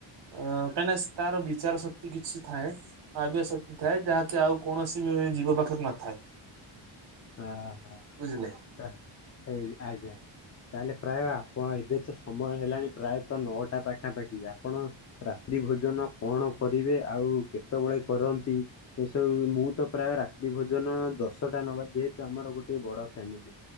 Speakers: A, on the right (about 55°); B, on the left (about 35°).
A: ଅ କାଇଁନା ସ୍ ତାର ବିଚାର ଶକ୍ତି କିଛି ଥାଏ ଭାବିବା ଶକ୍ତି ଥାଏ ଯାହାକି ଆଉ କୌଣସି ବି ଜୀବ ପାଖରେ ନଥାଏ।
B: ଆ ହା।
A: ବୁଝିଲେ।
B: ତାଃ ହେଇ ଆଜ୍ଞା। ତାହେଲେ ପ୍ରାୟ ଆପଣ ଏବେ ତ ସମୟ ହେଲାଣି ପ୍ରାୟତଃ ନଅଟା ପାଖାପାଖି ଆପଣ ରାତ୍ରି ଭୋଜନ କଣ କରିବେ ଆଉ କେତବେଳେ କରନ୍ତି? ଏସବୁ ମୁଁ ତ ପ୍ରାୟ ରାତ୍ରି ଭୋଜନ ଦଶଟା ନ ବା ଯେହେତୁ ଆମର ଗୋଟେ ବଡ ଫ୍ୟାମିଲି